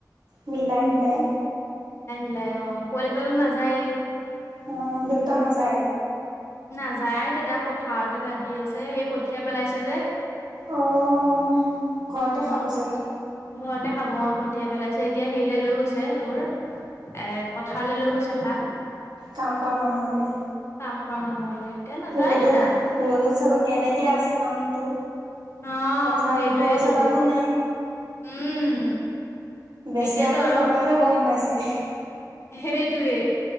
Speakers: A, on the right; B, on the left.
A: মিলাই মিলাই
B: ওলাই অ পোৱালিটেলো নাযায়েই
A: অ দেউতা নাযায়
B: নাযায় দেতা পথাৰত লাগি আছে সেই কঠিয়াই পেলাইছে যে
A: আহ ঘৰতে
B: উম
A: খাব
B: কঠ
A: চাগে।
B: ঘৰতে খাব আৰু কঠিয়াই পেলাইছে এতিয়া হেৰিলে লৈ গৈছে তোৰ। এ পথাৰলৈ লৈ গৈছে ভাত।
A: কাম কৰা মানুহ হলে।
B: কাম খোৱা মানুহলে। এতিয়া নাযায়
A: ৰ'দত
B: দেতা
A: ৰ'দত চাগ কেনেকে আছে মানুহতো।
B: অ
A: পথাৰত
B: সেইটোয়েইটো
A: গছ এডালো নাই।
B: উম
A: বেচৰাটো
B: এতিয়াতো আৰু
A: থকাতে গম পাইছে।
B: সেইটোৱে।